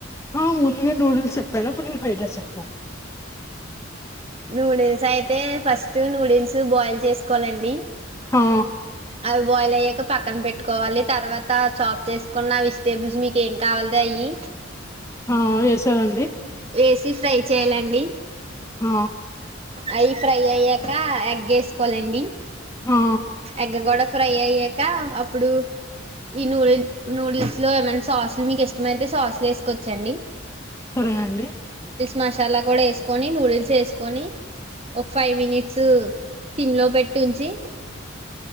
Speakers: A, on the left (about 15°); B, on the right (about 30°).
A: ఆ ముందుగా నూడిల్స్ చెప్పారు అప్పుడు నేను ఫైడెస్ చెప్తాను
B: నూడిల్స్ అయితే ఫస్ట్ నూడిల్స్ బోయిల్ చేస్కోవాలండి
A: ఆ
B: అవి బోయిల్ అయ్యాక పక్కన పెట్టుకోవాలి తర్వాత చాప్ చేసుకున్న వెజిటేబుల్స్ మీకు ఏం కావాల్తే అయ్యి
A: ఆ వేసారండి
B: వేసి ఫ్రై చేయాలండి
A: ఆ
B: అయ్యి ఫ్రై అయ్యాక ఎగ్ ఎస్కోలండి
A: ఆ
B: ఎగ్ గూడా ఫ్రై అయ్యాక అప్పుడు ఈ నూడిల్ నూడిల్స్ లో ఏమైన్నా సాస్లు మీకు ఇష్టమైతే సాస్లు ఎసుకోచ్చండి
A: సరే అండి
B: మసాలా కూడా ఎస్కొని నూడిల్స్ ఎస్కొని ఒక ఫైవ్ మినిట్స్ సిమ్ లో పెట్టుంచి.